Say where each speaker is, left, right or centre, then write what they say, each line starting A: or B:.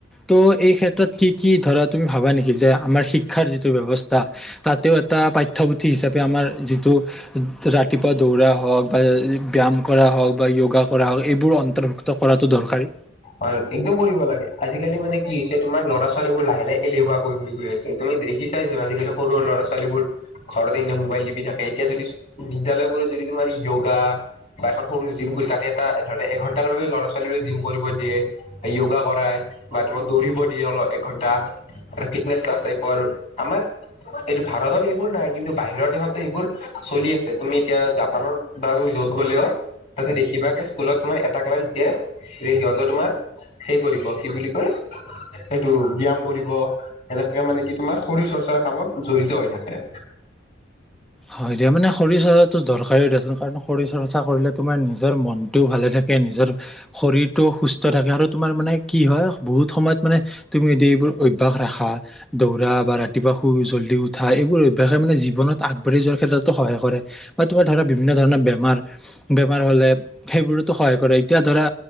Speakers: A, in the centre; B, on the left.
A: ত এই ক্ষেত্ৰত কি কি ধৰা তুমি ভাবা নেকি যে আমাৰ শিক্ষাৰ যিটো ব্যৱস্থা তাতেও এটা পাঠ্যপুথি থি হিচাপে আমাৰ যিটো ৰাতিপুৱা দৌৰা হওক বা ব্যায়াম কৰা হওক বা য়োগা কৰা হওক এইবোৰ অন্তৰ্ভুক্ত কৰাটো দৰকাৰী।
B: অ' একদম কৰিব লাগে আজিকালি মানে কি হৈছে তোমাৰ ল'ৰা, ছোৱালীবোৰ লাহে লাহে এলেহুৱা হৈ গৈ আছে তুমি দেখি চাইছোন আজিকালি সৰু ল'ৰা, ছোৱালীবোৰ ঘৰত এনে মোবাইল টিপি থাকে এতিয়া যদি বিদ্যলয়বোৰত যদি তোমাৰ য়োগা বা এখন সৰু জিম কৰি তাতে এটা ধ এঘন্টাৰ বাবে ল'ৰা ছোৱালী বোৰে জিম কৰিব দিয়ে য়োগা কৰায় বা তোমাক দৌৰিব দিয়ে অলপ এঘন্টা ফিটনেচ ক্লাছ টাইপৰ আমাৰ এইটো ভাৰতত এইবোৰ নাই কিন্তু বাহিৰৰ দেশতো এইবোৰ চলি আছে তুমি এতিয়া জাপানত বা তুমি যত গ'লেও তাতে দেখিবা স্কুলত তোমাৰ এটা ক্লাছ দিয়ে যে সিহঁত তোমাৰ সেই কৰিব কি বুলি কয় এইটো ব্যয়াম কৰিব সেনেকে মানে কি তোমাৰ শৰীৰ চৰ্চাৰ কামত জড়িত হৈ থাকে।
A: হয় দিয়া মানে শৰীৰ চৰ্চাত তো দৰকাৰী দেচোন কাৰণ শৰীৰ চৰ্চা কৰিলে তোমাৰ নিজৰ মনটোও ভালে থাকে নিজৰ শৰীৰটোও সুস্থ থাকে আৰু তোমাৰ মানে কি হয়, বহুত সময়ত মানে তুমি যদি এইবোৰ অভ্যাস ৰাখা, দৌৰা বা ৰাতিপুৱা শুই জল্ডি উঠা, এইবোৰ অভ্যাসে মানে জীৱনত আগ যোৱাৰ ক্ষেত্ৰতো সহায় কৰে। বা তোমাৰ ধৰা বিভিন্ন ধৰণৰ বেম বেমাৰ, বেমাৰ হ'লে সেইবোৰতো সহায় কৰে। এতিয়া ধৰা